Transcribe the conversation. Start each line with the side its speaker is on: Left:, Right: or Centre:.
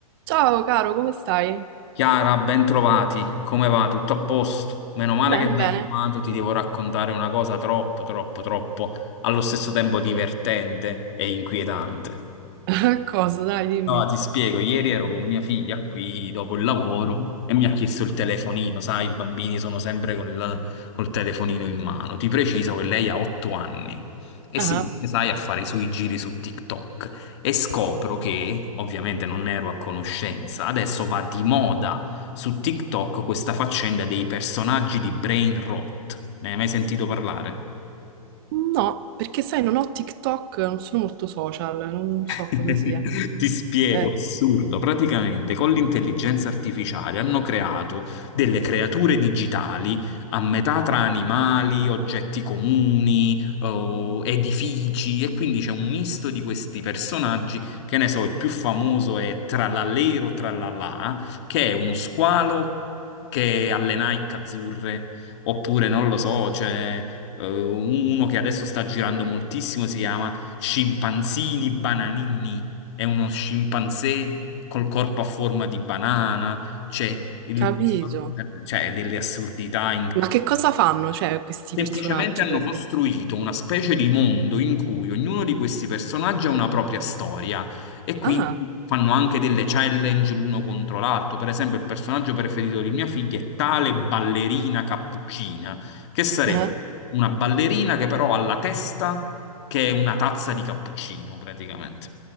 Right: Ciao caro, come stai?
Left: Chiara, ben trovati. Come va? Tutto a posto? Meno male
Right: Bene,
Left: che mi
Right: bene.
Left: hai chiamato, ti devo raccontare una cosa troppo, troppo, troppo, allo stesso tempo divertente e inquietante.
Right: <laughs> Cosa? Dai, dimmi.
Left: No, ti spiego, ieri ero con mia figlia qui dopo il lavoro e mi ha chiesto il telefonino, sai, i bambini sono sempre col, col telefonino in mano. Ti preciso che lei ha otto anni e
Right: Ah,
Left: si mette, sai, a fare i suoi giri su TikTok e scopro che, ovviamente non ne ero a conoscenza, adesso va di moda su TikTok questa faccenda dei personaggi di brain rot. Ne hai mai sentito parlare?
Right: no, perché sai, non ho TikTok, non sono molto social, non so
Left: <laughs>
Right: cosa sia.
Left: Ti spiego,
Right: Eh,
Left: assurdo. Praticamente con l'intelligenza artificiale hanno creato delle creature digitali a metà tra animali, oggetti comuni, oh, edifici e quindi c'è un misto di questi personaggi. Che ne so, il più famoso è Trallallero Trallallà, che è uno squalo che ha le Nike azzurre, oppure non lo so, c'è eh, uno che adesso sta girando moltissimo, si chiama scimpanzini bananini. È uno scimpanzé col corpo a forma di banana. C'è il
Right: capito.
Left: person- cioè, delle assurdità
Right: Ma che cosa fanno, cioè, questi
Left: Semplicemente
Right: personaggi
Left: hanno
Right: praticamente?
Left: costruito una specie di mondo in cui ognuno di questi personaggi ha una propria storia e quindi
Right: Ah,
Left: fanno anche delle challenge l'uno contro l'altro. Per esempio, il personaggio preferito di mia figlia è tale ballerina cappuccina, che sarebbe
Right: eh?
Left: una ballerina che però ha la testa che è una tazza di cappuccino praticamente.